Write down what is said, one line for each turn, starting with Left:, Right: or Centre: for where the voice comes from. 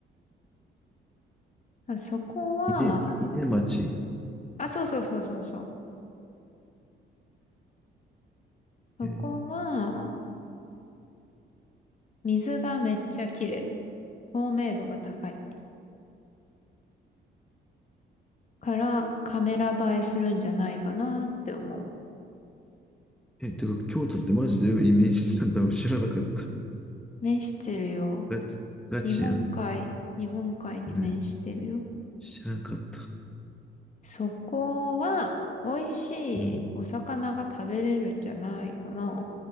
Left: あそこは、
Centre: 稲、稲町。
Left: あ、そうそうそうそうそう。そこは、
Centre: えー
Left: 水がめっちゃ綺麗。透明度が高い。からカメラ映えするんじゃないかなって思う。
Centre: え、てか、京都ってマジでイメージしてたんだ。俺知らなかった。
Left: 面してるよ。
Centre: ガチ、ガチやん。
Left: 日本海、日本海に面してるよ。
Centre: ね。知らなかった。
Left: そこは、美味しいお魚が食べれるんじゃないかな。
Centre: うん